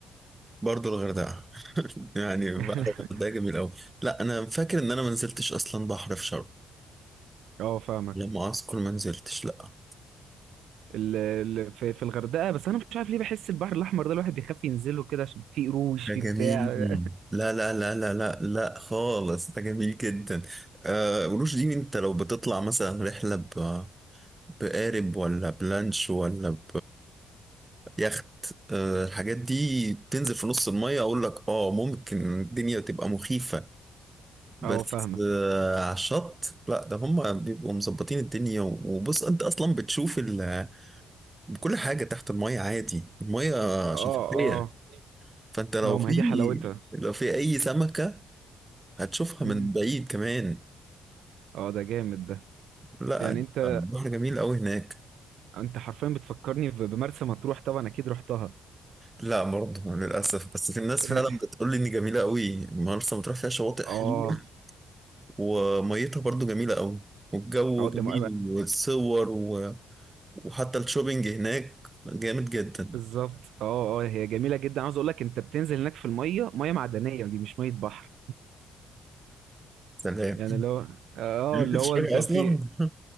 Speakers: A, on the right; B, on the right.
A: برضه الغردقة <laughs> يعني
B: <laughs>
A: بحر الغردقة جميل أوي لا أنا فاكر إن أنا ما نزلتش أصلا بحر في شرم
B: اه فاهمك
A: لما أذكر ما نزلتش لا
B: ال... ال... في... في الغردقه بس انا مش عارف ليه بحس البحر الاحمر ده الواحد بيخاف ينزله كده عشان فيه قروش
A: ده
B: فيه
A: جميل
B: بتاع
A: لا لا لا لا لا لا خالص ده جميل جدا آه قروش دي أنت لو بتطلع مثلا رحلة ب بقارب ولا بلانش ولا بيخت آه الحاجات دي تنزل في نص المية أقول لك آه ممكن الدنيا تبقى مخيفة بس
B: اه فاهمك
A: آه، على الشط لا ده هم بيبقوا مظبطين الدنيا وبص انت اصلا بتشوف ال... كل حاجه تحت الميه عادي الميه
B: اه
A: شفافيه
B: اه
A: فانت لو
B: اه
A: في
B: ما هي دي حلاوتها
A: لو في اي سمكه هتشوفها
B: مم.
A: من بعيد كمان
B: اه ده جامد ده
A: لا
B: يعني انت
A: البحر جميل قوي هناك
B: انت حرفيا بتفكرني ب- بمرسى مطروح طبعا اكيد رحتها
A: لا برضه للاسف بس في الناس
B: <laughs>
A: فعلا بتقول لي ان جميله قوي مرسى مطروح فيها شواطئ
B: اه
A: حلوه وميتها برضه جميله قوي والجو
B: اه
A: جميل
B: ده م-
A: والصور و... وحتى الشوبينج هناك جامد جدا
B: بالظبط اه اه هي جميله جدا عاوز اقول لك انت بتنزل هناك في الميه ميه معدنيه دي مش ميه بحر
A: سلام <laughs>
B: يعني اللي هو اه
A: يعني
B: اللي
A: كنت
B: هو
A: شايفها
B: انت في
A: اصلا